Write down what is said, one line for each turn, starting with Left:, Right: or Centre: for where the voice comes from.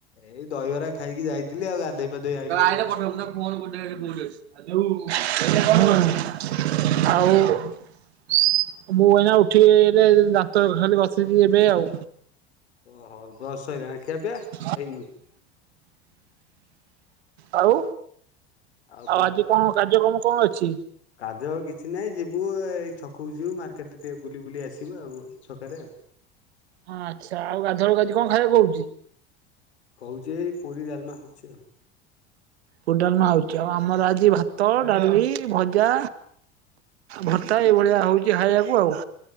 Left: ଏଇ ଦହିବରା ଖାଇକି ଯାଇଥିଲି ଆଉ ଗାଧେଇ ପାଧେଇ
Right: <inaudible>
Left: ଆଇଲି
Right: <unintelligible> ମୁଁ
Left: ଏଇନା ଜଷ୍ଟ ଆଉ ହୁଁ କୁହ।
Right: ଏଇନା ଉଠିଲି ଯେ ଦାନ୍ତ ଖାଲି ଘସିଚି ଏବେ ଆଉ।
Left: ଓହୋ ବ୍ରସ୍ ସଇଲା ଖିଆ ପିଆ?
Right: <unintelligible>
Left: ହେଇନି
Right: ଆଉ
Left: ଆଉ
Right: ଆଜି କଣ କାର୍ଯ୍ୟକ୍ରମ କଣ ଅଛି?
Left: କାର୍ଯ୍ୟକର୍ମ କିଛି ନାହିଁ ଯିବୁ ଏଇ ଛକକୁ ଯିବୁ ମାର୍କେଟରେ ଟିକେ ବୁଲି ବୁଲି ଆସିବୁ ଆଉ ଛକରେ।
Right: ହଁ ଆଚ୍ଛା ଆଉ ଗାଧୁଆ ବେଳେ କଣ ଖାଇବାକୁ ହଉଚି?
Left: ହଉଛି ଏଇ ପୁରୀ ଡାଲ୍ମା ହଉଚି ଆଉ।
Right: ପୁରି ଡାଲ୍ମା ହଉଚି ଆଉ ଆମର ଆଜି ଭାତ, ଡାଲି, ଭଜା ଭର୍ତ୍ତା ଏଇଭଳିଆ ହଉଚି ଖାଇବାକୁ ଆଉ।